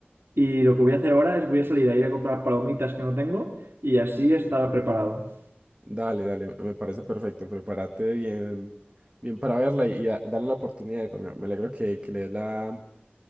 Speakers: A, on the right (about 70°); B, on the right (about 25°).
A: Y lo que voy a hacer ahora es voy a salir a ir a comprar palomitas que no tengo y así estar preparado.
B: Dale, dale, me parece perfecto. Prepárate bien, bien para verla y da- dale la oportunidad. y pues Me me alegro que, que le des la,